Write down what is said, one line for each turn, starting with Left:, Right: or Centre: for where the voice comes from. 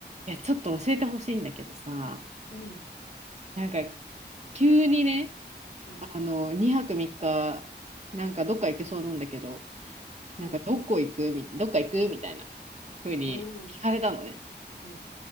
Right: いや、ちょっと教えてほしいんだけどさ、
Left: うん、
Right: なんか急にね、
Left: うん、
Right: あの、2泊3日、なんかどっか行けそうなんだけど、なんかどこ行くみ、
Left: うん、
Right: どっか行くみたいな風に聞かれたのね。
Left: おー、うん、